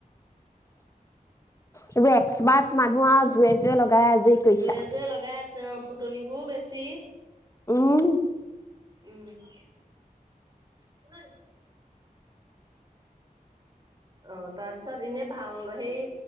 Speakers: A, on the left; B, on the right.
A: এইবোৰ এক্সপাৰ্ট মানুহ আৰু জুয়ে জুয়ে লগ আজেই কৈছে
B: জোৰে
A: আও।
B: জোৰে লগাই অ' ফুটনিবোৰ বেছি।
A: উম।
B: উম। কোনে নিছে? অ' তাৰপিছত এনে ভাল সেই,